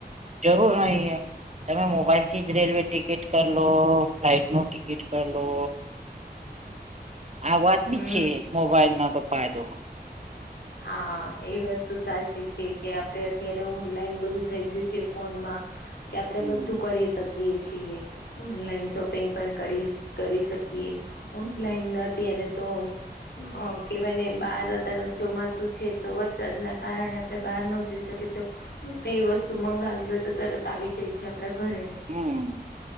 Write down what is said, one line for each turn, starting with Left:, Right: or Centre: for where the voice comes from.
Right: જરૂર નહી હ તમે મોબાઈલ થી જ રેલવે ટિકિટ કર લો ફ્લાઇટ નો ટિકિટ કર લો આ વાત
Left: હમ
Right: બી છે મોબાઈલ ન તો ફાયદો
Left: હા એ વસ્તુ સાચી છે. કે આપડે અત્યારે ઓનલાઈન બધું થઈ ગયું છે. ફોનમાં કે આપણે
Right: હમ
Left: બધું કરી શકીએ છીએ ઓનલાઈન શોપિંગ પણ કરી કરી શકીએ ઓનલાઈન અત્યારે તો હ કે મને બાર તાર ચોમાસુ છે. તો વરસાદ ના કારણે આપણે બહાર ન જઈ શકીએ તો બેઈ વસ્તુ મંગાવી હોય તો તરત આવી જાય છે. આપડા ઘરે
Right: હમ